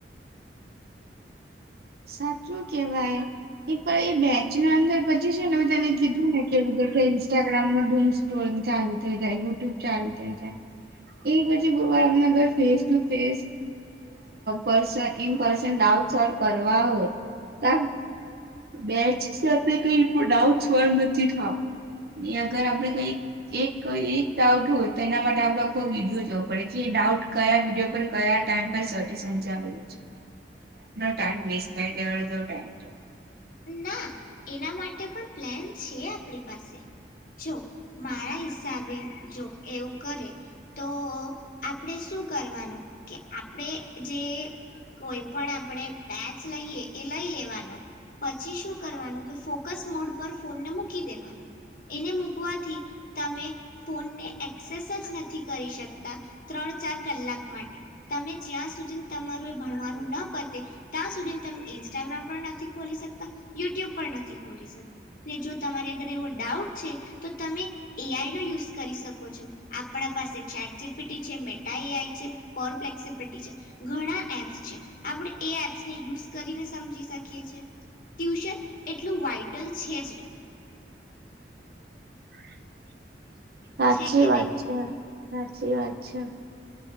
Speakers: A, on the right; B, on the left.
A: સાચું કેવાય એ પણ એ બેચ ના અંદર પછી છે ને મે તને કીધું ને કે ઇન્સ્ટાગ્રામ ન ડૂમ સ્ટોરી ચાલુ થઈ જાય યુટ્યુબ ચાલુ થઇ જાય એ પછી બબરમને ફેસ ટુ ફેસ પર્ન ઇન પર્સન ડાઉટ સોલ કરવા હોય તો બેચ સાથે કઈ ડાઉટ સોલ્વ નથી થવાના એ અગર આપડે કઈ એક ડાઉટ હોય તો એના માટે આપડે આખો વિડીયો જોવો પડે કે ડાઉટ કયા વિડીયો પર કયા ટાઈમ પર સજેશન આવેલું છે ટાઈમ વેસ્ટ થાય <unintelligible> ટાઈમ તો
B: ના એના પણ પ્લેન છે આપણી પાસે જો મારા હિસાબે જો એવું કરે તો આપણે શું કરવાનું કે આપણે જે કોઈ પણ આપણે પેચ લઈએ એ લઈ લેવાનો પછી શું કરવાનું કે ફોકસ મોડ પર ફોનને મૂકી દેવાનું એને મૂકવાથી તમે ફોનને એક્સેસ જ નથી કરી શકતા ત્રણ ચાર કલાક માટે તમે જ્યાં સુધી તમારું એ ભણવાનું ન પતે ત્યાં સુધી તમે ઇન્સ્ટાગ્રામ પણ નથી ખો યુટ્યુબ પણ નથી ખોલી શકતા ને જો તમારે અગર એવો ડાઉટ છે તો તમે એઆઈનો યુઝ કરી શકો છો આપણા પાસે ચેટબિટી છે, મેટા એઆઈ છે પોફ્લેક્સબલટી છે ઘણા એપ્સ છે આપણે એપ્ને યુઝ કરીને સમજી શકીએ છે. ટ્યુશન એટલું વાઇટલ છે જ નહીં.
A: <inaudible> સાચી
B: છે કે
A: વાત
B: નહીં
A: છે. સાચી એ વાત છે.